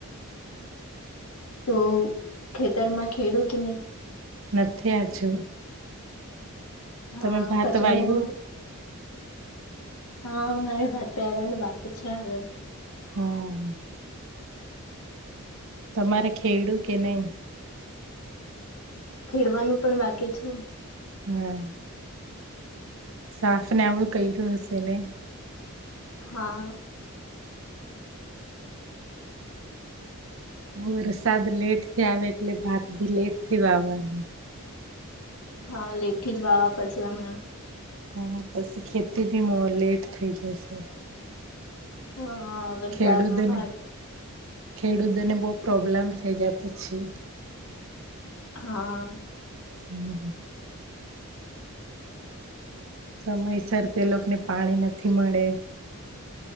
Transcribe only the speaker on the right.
નથી આ છું
તમે ભાત
વાય્યું
<inaudible>
હા તમારે ખેડું કે નહી
હા સાફ ને આવું કર્યું હશે ને
હ વરસાદ લેટ થી આવે એટલે ભાત ભી લેટ થી વાવવાનું
હા પછી ખેતી ભી લેટ થઈ જશે
ખેડૂતોને
ખેડૂતોને બહુ પ્રોબ્લેમ થઈ જાય પછી
હમ સમયસર તે લોકોને પાણી નથી મળે